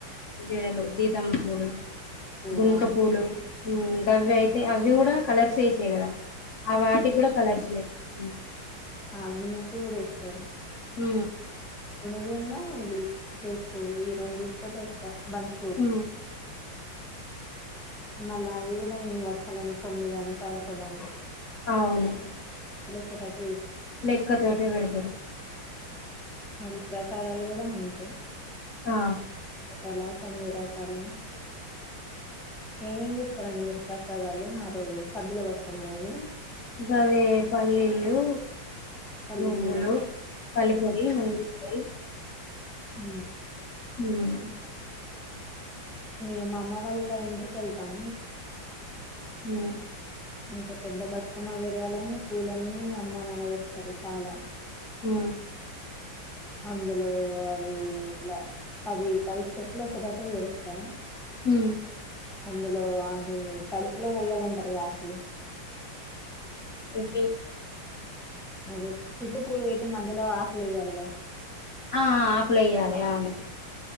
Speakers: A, on the left; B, in the centre.
A: జీడలు సీతమ్మ పూలు
B: పువ్వు
A: గునుక
B: అని
A: పూలు గవవి అయితే అవి కూడా కలర్స్ వసాయి కదా ఆ వాటికి కూడా కలర్స్ లే ఉ
B: ఆగు నూకు కూడా ఇస్తారు
A: ఆ
B: మునుగున్న ఇది ఎక్కువ ఈ రెండితో ఎక్కువ బంతి
A: ఉ
B: మళ్ళా అవి కూడా ఇన్ని వర్షాలు అని తొమ్మిద అని పదకొండు అని
A: అవును
B: చటు
A: లెక్క చోటే పెడతారు
B: మరి ప్రసాదాలు కూడా ఉంతాయి
A: ఆ
B: కలా కభీరా కాల ఏమేం చేస్తారంండి మీరు ప్రసాదాలు ఆ రోజు సర్దులో వస్తకాం రోజు
A: కాదే పల్లీలుు
B: పల్లి
A: ంగలు
B: పొడి
A: పలిపొడి మంగలి పొడి
B: హ
A: హ
B: మేము అమ్మ వాల్ళ ఇంటికెళ్తాం
A: అ
B: అయితే పెద్ద బతుకమ్మ వరవాలని పూలన్నీ అమ్మ నా అన్నదిేస్తారు చాలా
A: ఆ
B: అందులో అవి ఇట్లా పది పది స్టెప్లు వచ్చేటట్టు వేరు స
A: హ
B: అందులో అది కడుపులో పోయాలంటారుగా అసలు
A: ఇబ
B: అదే చుట్టుపూలు పెట్టి మధ్యలో ఆకులు వయ్యాలిగా
A: ఆ ఆ పలేయాల అవును